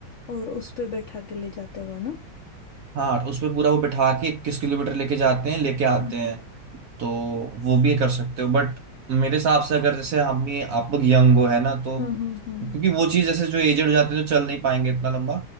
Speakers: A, on the left; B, on the right.
A: और उस पे बैठा के ले जाते हुआ ना
B: हाँ उसमें पूरा वो बिठा के इक्कीस किलोमीटर लेके जाते हैं लेके आते
A: हम्म
B: हैं तो वो भी कर सकते हो बट मेरे हिसाब से अगर जैसे हम ही आप लोग यंग हो है ना तो
A: हम्म हम्म हम्म, हम्म।
B: क्योंकि वो चीज़ जैसे जो एजेड हो जाते हैं जो चल नहीं पाएंगे इतना लंबा